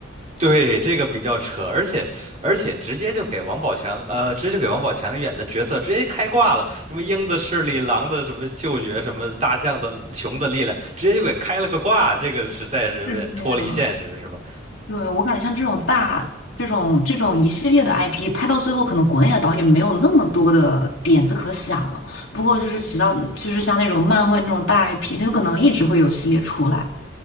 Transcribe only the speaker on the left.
是这样
对，我感觉像这种大、这种这种一系列的 IP，拍到最后，可能国内的导演没有那么多的点子可想了。不过就是提到，就是像那种漫威那种大 IP，就可能一直会有系列出来。